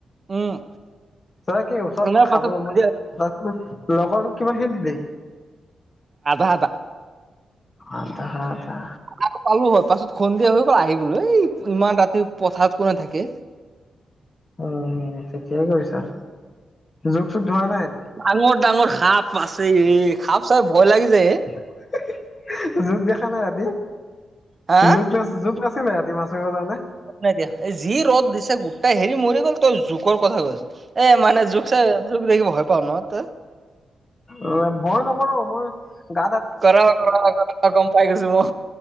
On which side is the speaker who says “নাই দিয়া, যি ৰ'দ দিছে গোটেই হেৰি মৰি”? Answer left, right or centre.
Right